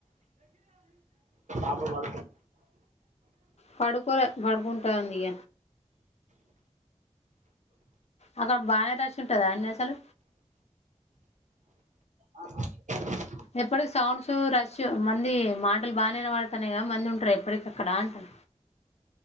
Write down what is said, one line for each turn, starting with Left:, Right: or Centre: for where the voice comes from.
Right: అప్పుడు
Left: పడుకోలే బాడుకుంటానది ఇగ అక్కడ బానే రష్ ఉంటద అండి అసలు
Right: ఆ ఆ
Left: ఎప్పటికి సౌండ్స్ రష్ మంది మాటలు బానే వినబడతాయి గ మంది ఉంటారు ఎప్పటికి అక్కడ అంట